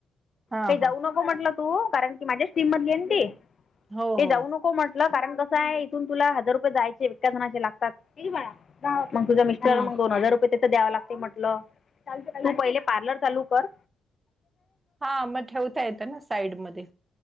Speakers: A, on the right (about 25°); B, on the left (about 45°).
A: हां
B: ते जाऊ
A: हां
B: न को म्हटलं तू, कारण की माझ्याच टीम मधली आहे न ती.
A: हो
B: ते
A: हो
B: जाऊ नको म्हटलं, कारण कसं आहे, इथून तुला हजार रुपये जायचे एका जनाचे लागतात. मग तुझा मिस्टरांना
A: हम्म
B: दोन हजार रुपये तर द्याव लागतंय, म्हटलं. तु पहिले पार्लर चालू कर.
A: हा, मग ठेवता येतं ना साईडमध्ये.